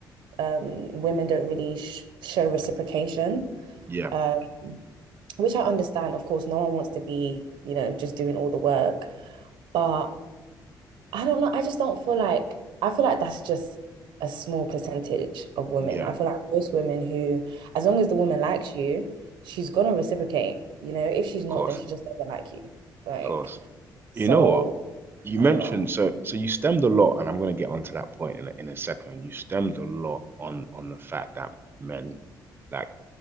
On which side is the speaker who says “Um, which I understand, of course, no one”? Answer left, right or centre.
Right